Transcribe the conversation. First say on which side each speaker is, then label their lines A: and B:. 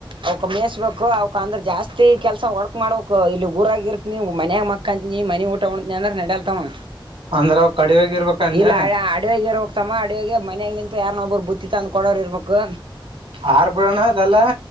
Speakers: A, on the right; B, on the right.
A: ಅವಕ್ ಮೇಯಸ್ಬೇಕು ಅವಕ್ ಅಂದ್ರ ಜಾಸ್ತಿ ಕೆಲಸ ಒಡಕ್ ಮಾಡಕ್ ಇಲ್ಲಿ ಊರ ಆಗಿರ್ತ್ ನೀ ಮನ್ಯಾಗ ಮಕಂತ ನೀ ಮನ ಒಟ್ಟ ಂದ್ರ ನಡಲ್ತಾವ
B: ಅಂದ್ರ ಅವ್ ಕಡಿವ್ಯಾಗ್ ಇರ್ಬೇಕಂದೆ
A: ಇಲ್ಲ ಅಡಾಗಿರ ತಮ್ಮ ಅಡಗೆ ಮನಯಾಗ ನಿಂತ ಯಾರ ನೊಬರು ಬುತ್ತಿ ತಂದ ಕೊಡೋರ್ ಇರ್ಬೇಕು
B: ಆರ್ಬಿಡೋಣ ಅಲ್ಲ